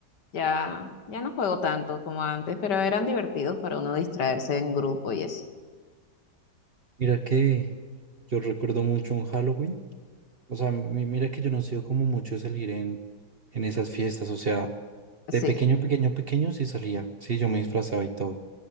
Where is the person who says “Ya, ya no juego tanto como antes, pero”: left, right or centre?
Left